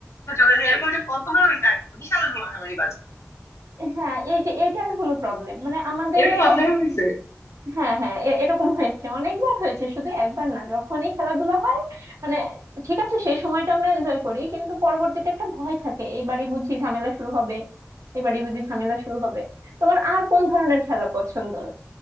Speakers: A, on the left; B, on the right.
A: চলে যায় এরকম যে কতবার হইছে বিশাল মারামারি বাজে
B: হ্যাঁ এই যে এটাই হলো প্রবলেম মানে আমাদেরও
A: এরকম আপনার হয়েছে
B: হ্যাঁ হ্যাঁ এ- এরকম হয়েছে অনেকবার হয়েছে শুধু একবার না যখনই খেলাধুলা হয় মানে ঠিক আছে সেই সময়টা আমরা এনজয় করি কিন্তু পরবর্তীতে একটা ভয় থাকে এইবারই বুঝি ঝামেলা শুরু হবে এবারই বুঝি ঝামেলা শুরু হবে তোমার আর কোন ধরনের খেলা পছন্দ